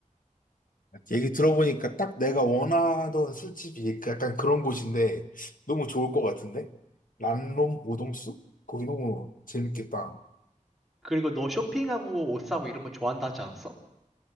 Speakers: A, on the left; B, in the centre.
A: 얘기 들어보니까 딱 내가 원하던 술집이 그 약간 그런 곳인데 너무 좋을 것 같은데? 란롬 오동수? 거기 너무 재밌겠다.
B: 그리고 너 쇼핑하고 옷 사고 이런 거 좋아한다 하지 않았어?